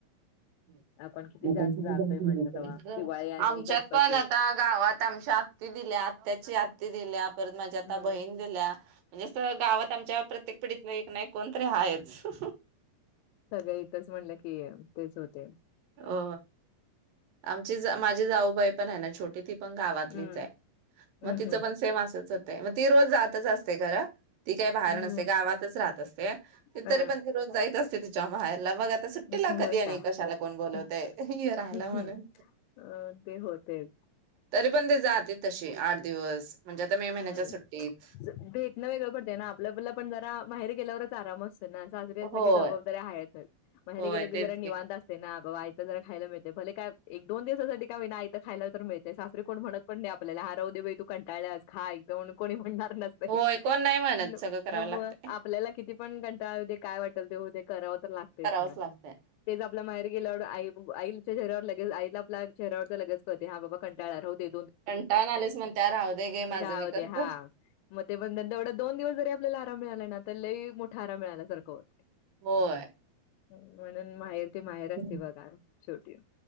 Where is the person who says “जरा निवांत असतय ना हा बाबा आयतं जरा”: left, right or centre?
Left